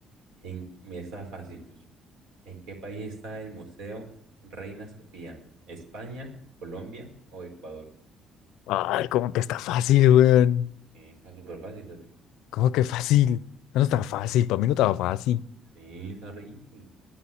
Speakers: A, on the right; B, on the left.
A: en, mira, está fácil. pues. ¿En qué país está el Museo Reina Sofía? ¿España, Colombia o Ecuador?
B: Ay, ¿cómo que está fácil, weón?
A: Sí, está súper fácil, socio.
B: ¿Cómo que fácil? No está fácil, para mí no estaba fácil.
A: Sí, está re easy.